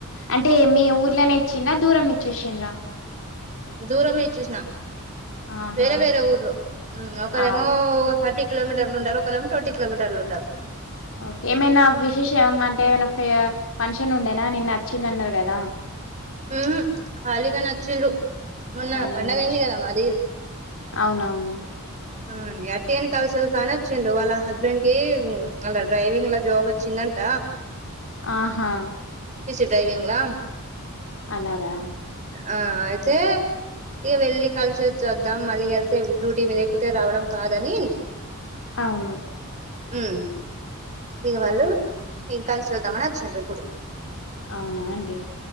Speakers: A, on the left (about 65°); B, on the right (about 35°).
A: అంటే మీ ఊర్లోనే ఇచ్చింద దూరం ఇచ్చేసిండ్రా
B: దూరంమే ఇచ్చేసిన
A: ఆహా
B: వేరే వేరే ఊర్లో ఒకరేమో
A: ఆ
B: థర్టీ కిలోమీటర్లు ఉంటారు ఒకలు ఏమో ట్వంటీ కిలోమీటర్లు ఉంటారు
A: ఓకే ఏమైనా విశేషం అంటే ఏమైనా ఫంక్షన్ ఉండేనా నిన్న అచ్చింది అన్నారు కదా
B: ఉహు ఖాళీగానే అచ్చిండ్లు మొన్న
A: ఖాళీగానే
B: పండగ
A: వచ్చి
B: అయింది కదా మాది
A: అవునవును
B: ఆ అట్టిగానే కల్ స్తా అని వచ్చిండు వాళ్ళ హస్బెండ్ కి ఆళ్ళ డ్రైవింగ్ లా జాబ్ వచ్చిందంట
A: ఆహా
B: డ్రైవింగ్లా
A: అలాగా
B: ఆ అయితే ఇక వెళ్ళి కలిసి వచ్చి వద్దాం మళ్ళీ వెళ్తే డ్యూటీ మీద పోతే రావడం కాదని
A: అవును
B: ఉమ్ ఇగ వాళ్ళు కలిసి వద్దామని వచ్చింరూ ఇప్పుడు
A: అవునా అండి